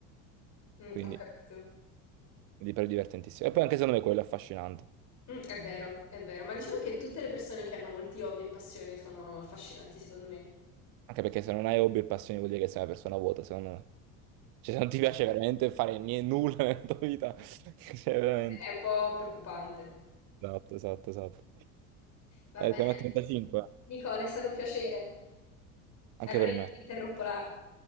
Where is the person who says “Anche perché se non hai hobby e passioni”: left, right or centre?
Right